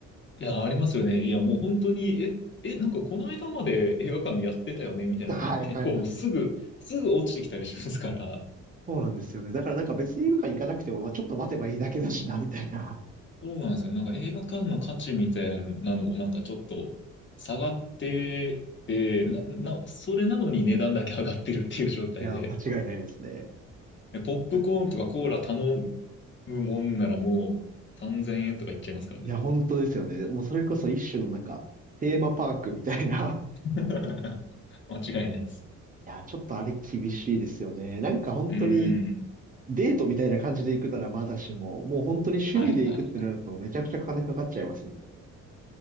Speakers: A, on the left (about 40°); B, on the right (about 25°).
A: いや、ありますよね。いや、もう本当に、え、え、なんかこの間まで映画館でやってたよねみたいなのが結構もうすぐ、
B: はいはいはい。
A: すぐ落ちてきたりしますから、
B: そうなんですよね。だからなんか別に映画館行かなくても、まあ、ちょっと待てばいいだけだしな、みたいな。
A: そうなんですよ。なんか映画館の価値みたいなのもなんかちょっと下がってて、な、な、それなのに値段だけ上がってるっていう状態で、
B: いや、間違いないですね。
A: えポップコーンとかコーラ頼
B: なんか、
A: むもんならもう3000円とかいっちゃいますからね。
B: いや、本当ですよね。もうそれこそ一種のなんか、テーマパークみたいな。
A: <laughs> 間違いないです。
B: いや、ちょっとあれ厳しいですよね。なんか本当に
A: うん。
B: デートみたいな感じで行くならまだしも、もう本当に趣味で行くってなるとめちゃくちゃ金かかっちゃいますもんね。
A: はいはいはい。